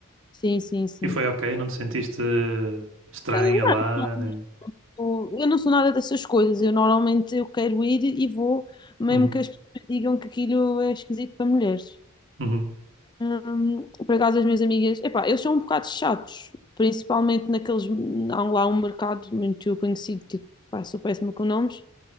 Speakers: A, on the left (about 20°); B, on the right (about 65°).
A: Sim, sim, sim.
B: E foi ok? Não te sentiste estranha
A: Ah, Não,
B: lá, nem
A: não, eu não sou nada dessas coisas. Eu normalmente eu quero ir e vou, mesmo
B: Hum.
A: que as pessoas digam que aquilo é esquisito para mulheres.
B: Uhum.
A: Hum, por acaso, as minhas amigas, epá, eles são um bocado chatos, principalmente naqueles. Há um- lá um mercado muito conhecido que pá, sou péssima com nomes.